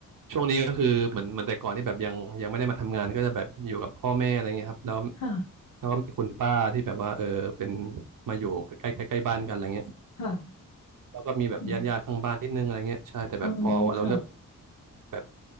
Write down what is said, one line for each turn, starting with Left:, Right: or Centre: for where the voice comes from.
Right: ช่วงนี้ก็คือเหมือนเหมือนแต่ก่อนที่แบบยังยังไม่ได้มาทำงานก็จะแบบอยู่กับพ่อแม่อะไรเงี้ยครับแล้ว
Left: ค่ะ
Right: แล้วก็มีคุณป้าที่แบบว่าเออเป็นมาอยู่ใกล้ใกล้ใกล้บ้านกันอะไรเงี้ย
Left: ค่ะ
Right: แล้วก็มีแบบญาติญาติข้างบ้านนิดนึงอะไรเงี้ยใช่แต่แบบพอเราเริ่ม
Left: อืมอ๋อค่ะ
Right: แบบ